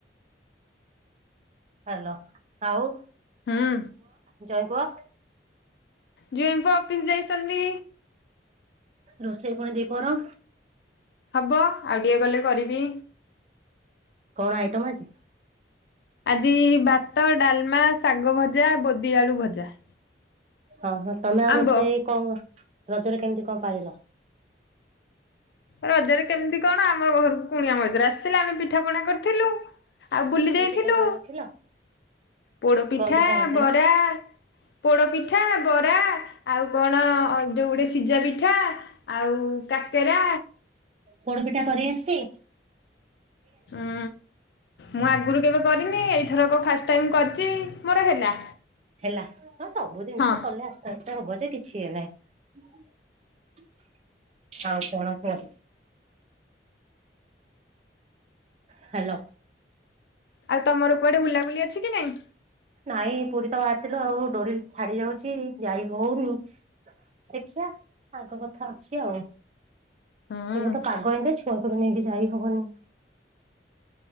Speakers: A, on the right (about 35°); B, on the left (about 65°).
A: ହାଲୋ ଆାଉ।
B: ହୁଁ।
A: ଜ୍ୱାଇଁ ପୁଅ।
B: ଜ୍ୱାଇଁ ପୁଅ ଅଫିସ ଯାଇଛନ୍ତି।
A: ରୋଷେଇ ପୁଣି ଦି ପହର।
B: ହବ ଆଉ ଟିକେ ଗଲେ କରିବି।
A: କଣ ଆଇଟମ ଆଜି?
B: ଆଜି ଭାତ, ଡାଲମା, ଶାଗ ଭଜା, ବୋଦିଆଳୁ ଭଜା।
A: ହଁ ହଁ ତମେ ଆଉ
B: ଆମ୍ବ।
A: ରୋଷେଇ କଣ ରଜରେ କେମିତି କଣ ପାଳିଲ?
B: ରଜରେ କେମିତି କଣ ଆମ ଘରକୁ କୁଣିଆ ମୈତ୍ର ଆସିଥିଲେ ଆମେ ପିଠା ପଣା କରିଥିଲୁ। ଆଉ ବୁଲି
A: କି
B: ଯାଇଥିଲୁ।
A: ପିଠା ପଣା ରଖିଲ
B: ପୋଡପିଠା,
A: କଣ ପିଠା କରିଥିଲ
B: ବରା, ପୋଡପିଠା, ବରା। ଆଉ କଣ ଅ ଯୋଉ ଗୋଟେ ସିଝା ପିଠା ଆଉ କାକେରା।
A: ପୋଡପିଠା କରି ଆସିଚି।
B: ଉଁ ମୁଁ ଆଗରୁ କେବେ କରିନି ଏଇଥରକ ଫା ଟାଇମ କରିଛି ମୋର ହେଲା।
A: ହେଲା ହଁ ସବୁ ଜିନିଷ
B: ହଁ
A: କଲେ ଆସ୍ତେ ଆସ୍ତେ ହବ ଯେ କିଛି ଇଏ ନାହିଁ। ଆଉ କଣ କୁହ? ହାଲୋ।
B: ଆଉ ତମର କୁଆଡେ ବୁଲାବୁଲି ଅଛି କି ନାଇଁ?
A: ନାଇଁ ପୁରୀ ତ ବାହାରଥିଲୁ ଆଉ ଡୋରି ଛାଡି ଯାଉଛି ଯାଇ ହଉନି। ଦେଖିବା ଆଗ କଥା ଅଛି ଆଉ।
B: ହଁ।
A: ଏବେ ତ ପାଗ ଏମିତି ଛୁଆକୁ ବି ନେଇକି ଯାଇ ହବନି।